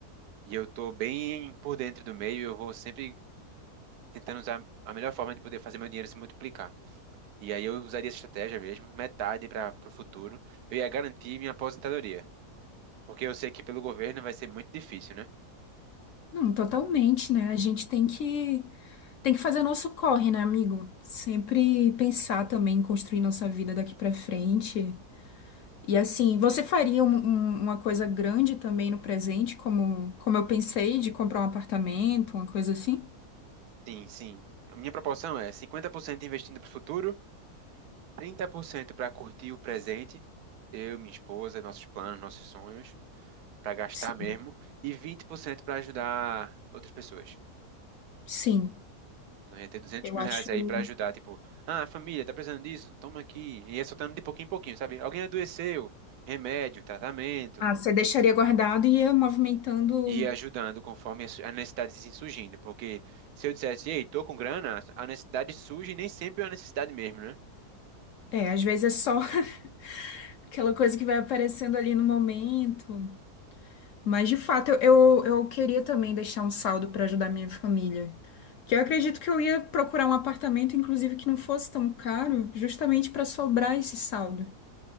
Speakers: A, on the right (about 75°); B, on the left (about 65°).
A: E eu estou bem por dentro do meio, eu vou sempre tentando usar a melhor forma de poder fazer meu dinheiro se multiplicar. E aí eu usaria essa estratégia mesmo, metade para o futuro. Eu ia garantir minha aposentadoria. Porque eu sei que pelo governo vai ser muito difícil, né?
B: Não, totalmente, né? A gente tem que tem que fazer nosso corre, né, amigo? Sempre pensar também em construir nossa vida daqui para frente. E assim, você faria um- um- uma coisa grande também no presente, como, como eu pensei, de comprar um apartamento, uma coisa assim?
A: Sim, sim. A minha proporção é 50% investindo para o futuro, 30% para curtir o presente, eu, minha esposa, nossos planos, nossos sonhos, para gastar
B: Sim,
A: mesmo, e 20% para ajudar outras pessoas.
B: sim.
A: Então ia ter 200
B: Eu
A: mil
B: acho.
A: reais aí para ajudar, tipo, ah, família, tá precisando disso? Toma aqui. E ia soltando de pouquinho em pouquinho, sabe? Alguém adoeceu, remédio, tratamento.
B: Ah, você deixaria guardado e ia movimentando.
A: e ajudando conforme as as necessidades assim surgindo. Porque se eu dissesse, ei, tô com grana, a necessidade surge e nem sempre é uma necessidade mesmo, né?
B: É, às vezes é só <laughs> aquela coisa que vai aparecendo ali no momento. Mas, de fato, eu, eu, eu queria também deixar um saldo para ajudar minha família. Que eu acredito que eu ia procurar um apartamento, inclusive, que não fosse tão caro, justamente para sobrar esse saldo.